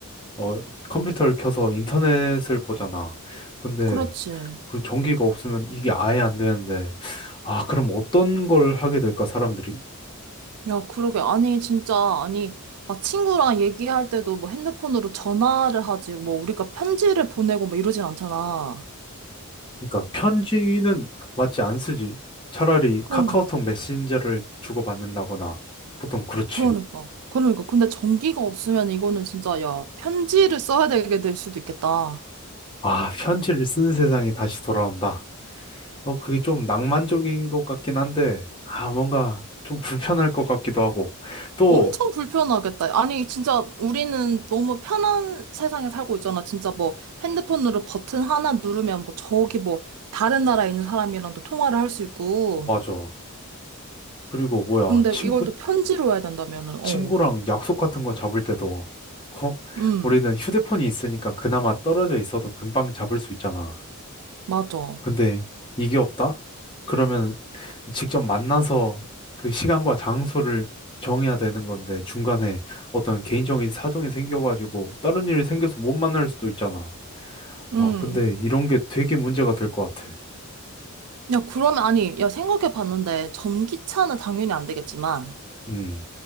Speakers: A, on the left; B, on the right.
A: 어, 컴퓨터를 켜서 인터넷을 보잖아. 근데
B: 그렇지.
A: 그 전기가 없으면 이게 아예 안 되는데, 아, 그럼 어떤 걸 하게 될까, 사람들이?
B: 야, 그러게. 아니, 진짜 아니 막 친구랑 얘기할 때도 뭐 핸드폰으로 전화를 하지. 뭐 우리가 편지를 보내고 뭐 이러진 않잖아.
A: 그러니까 편지는 맞지 안 쓰지. 차라리
B: 그럼
A: 카카오톡 메신저를 주고받는다거나, 보통 그렇지.
B: 그러니까. 그러니까. 근데 전기가 없으면 이거는 진짜, 야, 편지를 써야 되게 될 수도 있겠다.
A: 아, 편지를 쓰는 세상이 다시 돌아온다. 어, 그게 좀 낭만적인 것 같긴 한데, 아, 뭔가 좀 불편할 것 같기도 하고. 또,
B: 엄청 불편하겠다. 아니, 진짜 우리는 너무 편한 세상에 살고 있잖아. 진짜 뭐 핸드폰으로 버튼 하나 누르면 뭐 저기 뭐 다른 나라에 있는 사람이랑도 통화를 할 수 있고.
A: 맞아. 그리고 뭐야,
B: 근데
A: 친구
B: 이걸 또 편지로 해야 된다면은, 어.
A: 친구랑 약속 같은 거 잡을 때도 어?
B: 음,
A: 우리는 휴대폰이 있으니까 그나마 떨어져 있어도 금방 잡을 수 있잖아.
B: 맞아.
A: 근데 이게 없다? 그러면 직접 만나서 그 시간과 장소를 정해야 되는 건데 중간에 어떤 개인적인 사정이 생겨가지고 다른 일이 생겨서 못 만날 수도 있잖아.
B: 음.
A: 아, 근데 이런 게 되게 문제가 될 것 같아.
B: 야, 그러면 아니, 야, 생각해 봤는데 전기차는 당연히 안 되겠지만,
A: 음.